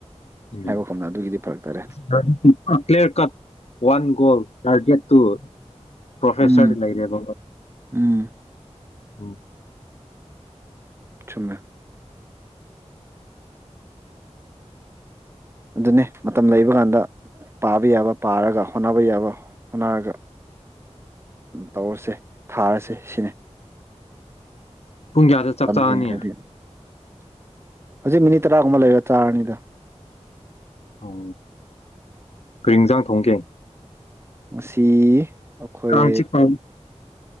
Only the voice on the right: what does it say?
ꯍꯥꯏꯕ ꯀꯨꯝꯅ ꯑꯗꯨꯒꯤꯗꯤ ꯐꯔꯛ ꯇꯥꯔꯦ
ꯎꯝ
ꯎꯝ
ꯆꯨꯝꯃꯦ ꯑꯗꯨꯅꯦ ꯃꯇꯝ ꯂꯩꯕ ꯀꯥꯟꯗ ꯄꯥꯕ ꯌꯥꯕ ꯄꯥꯔꯒ ꯍꯣꯠꯅꯕ ꯌꯥꯕ ꯍꯣꯠꯅꯔꯒ ꯇꯧꯔꯁꯦ ꯊꯥꯔꯁꯦ ꯁꯤꯅꯤ
ꯍꯦꯟꯈ꯭ꯔꯗꯤ ꯍꯧꯖꯤꯛ ꯃꯤꯅꯤꯠ ꯇꯔꯥꯒꯨꯝꯕ ꯂꯩꯔꯦ ꯆꯥꯔꯅꯤꯗ
ꯉꯁꯤ ꯑꯈꯣꯏ